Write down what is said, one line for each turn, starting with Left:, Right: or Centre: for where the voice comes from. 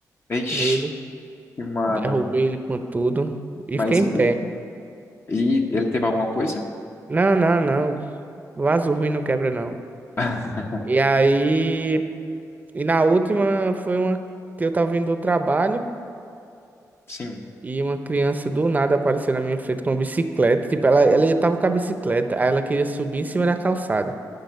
Left: Ixi,
Right: nele,
Left: mano.
Right: derrubei ele com tudo e
Left: Mas
Right: fiquei em
Left: e
Right: pé.
Left: aí? E ele teve alguma coisa?
Right: Não, não, não, vaso ruim não quebra não.
Left: <laughs>
Right: E aí, e na última foi uma que eu tava vindo do trabalho.
Left: Sim.
Right: E uma criança do nada apareceu na minha frente com uma bicicleta. Tipo, ela, ela tava com a bicicleta, aí ela queria subir em cima da calçada.